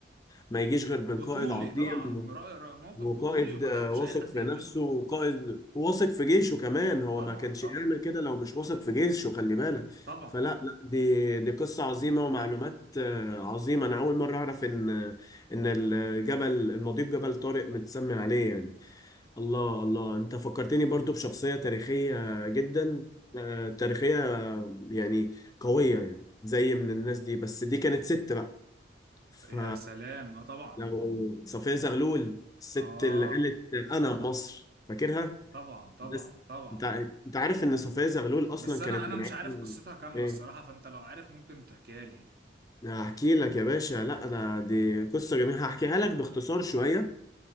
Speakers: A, on the left; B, on the right.
A: ما يجيش غير من
B: بطولي
A: قائد عظيم
B: طبعا رأي رأي موقف
A: هو
B: بطولي
A: قائد
B: ومحدش
A: آه، واثق
B: أي حد
A: في
B: يعمله
A: نفسه وقائد واثق في جيشه كمان هو
B: طبعا
A: ما كانش
B: طبعا
A: يعمل كده لو مش واثق في جيشه خلي بالك
B: طبعا
A: فلا لا دي دي قصة عظيمة ومعلومات آه، عظيمة أنا أول مرة أعرف إن إن الجبل المضيق جبل طارق متسمي عليه يعني الله الله أنت فكرتني برضو بشخصية تاريخية جدا آه، تاريخية آه، يعني قوية يعني زي من الناس دي بس دي كانت ست بقى ف
B: يا سلام اه طبعا
A: لو صفية زغلول الست
B: اه
A: اللي قالت انا مصر فاكرها
B: طبعا طبعا
A: بس
B: طبعا
A: انت انت عارف ان صفية زغلول اصلا
B: بس
A: كانت
B: انا انا
A: من
B: مش
A: عيلة
B: عارف قصتها كامله
A: ايه
B: الصراحه فانت لو عارف ممكن تحكيها لي
A: هحكي لك يا باشا لا انا دي قصة جميلة هحكيها لك باختصار شوية